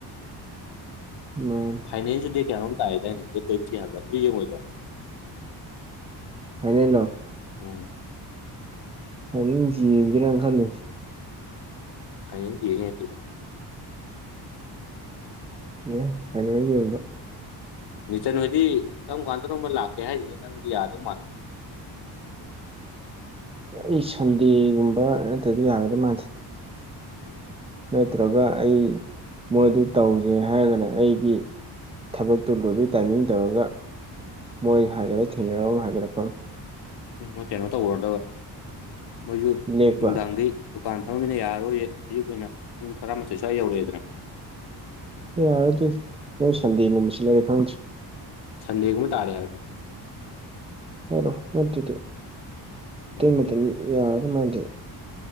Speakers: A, on the right; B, on the left.
A: ꯃꯥꯅꯤ
B: ꯐꯥꯏꯅꯥꯟꯁꯤ ꯗꯦꯠ ꯀꯌꯥꯅꯣꯝ ꯇꯥꯏꯌ‌ꯦꯗꯥꯏꯅ‌ꯦ ꯗ‌ꯦꯠ ꯇꯋꯟꯇꯤ ꯍꯥꯏꯕ꯭ꯔ ꯑꯗꯨ ꯌ‌ꯦꯡꯉ‌ꯣꯏꯗ꯭ꯔ‌ꯣ
A: ꯐꯥꯏꯅ‌ꯦꯜꯂꯣ
B: ꯎꯝ
A: ꯍꯥꯏꯅꯤꯡꯁꯤ ꯌꯦꯡꯒꯦꯔꯅ ꯈꯜꯂꯤꯅ
B: ꯐꯥꯏꯟꯜ ꯌ‌ꯦꯡ ꯌꯥꯏ ꯀꯩꯟ
A: ꯌꯥꯏ ꯐꯥꯏꯅ‌ꯦꯜ ꯌ‌ꯦꯡꯕ
B: ꯅꯤꯆꯟ ꯍꯣꯏꯗꯤ ꯀꯔꯝ ꯀꯥꯟꯗꯅꯣꯝ ꯂꯥꯛꯀꯦ ꯍꯥꯏꯔꯤꯌ‌ꯦ ꯅꯪꯗꯤ ꯌꯥꯗꯧ ꯃꯥꯟꯗꯣ <unintelligible>
A: ꯑꯩ ꯁꯟꯗꯦꯒꯨꯝꯕ ꯅꯠꯇꯗꯤ ꯌꯥꯒꯗ ꯃꯥꯟꯗꯦ
B: <inaudible>
A: ꯅꯠꯇ꯭ꯔꯒ ꯑꯩ ꯃꯣꯏꯗꯨ ꯇꯧꯁꯦ ꯍꯥꯏꯔꯒꯅ ꯑꯩꯒꯤ ꯊꯕꯛꯇꯨ ꯂꯣꯏꯕꯒꯤ ꯇꯥꯏꯃꯤꯡ ꯇꯧꯔꯒ ꯃꯣꯏ ꯍꯥꯏꯒꯠꯂꯒ ꯊꯦꯡꯅꯔ ꯍꯥꯏꯒꯠꯂꯛꯄ
B: ꯎꯝ ꯃꯣꯏ ꯀꯩꯅꯣ ꯇꯧꯔꯔꯗꯕ ꯃꯣꯏꯁꯨ
A: ꯂꯦꯛꯄ
B: ꯅꯨꯡꯗꯥꯡꯗꯤ ꯗꯨꯀꯥꯟ ꯐꯝꯃꯤꯅ ꯌꯥꯔꯔꯣꯏꯌꯦ ꯑꯌꯨꯛ ꯑꯣꯏꯅ ꯄꯨꯡ ꯇꯔꯥꯃꯥꯊꯣꯏ ꯁ꯭ꯋꯥꯏ ꯌꯧꯔꯛꯑꯦꯗꯅ
A: ꯌꯥꯔꯗꯤ ꯅꯣꯏ ꯁꯟꯗꯦ ꯒꯨꯝꯕ ꯁꯤꯜꯂꯗꯤ ꯈꯪꯗ꯭ꯔ‌ꯦ
B: ꯁꯟꯗꯦ ꯀꯕ ꯇꯥꯔꯌꯥꯔꯒ
A: ꯑꯔꯣ ꯃꯗꯤ
B: ꯎꯝ
A: ꯃ ꯌꯥꯎꯗ ꯃꯥꯗꯦ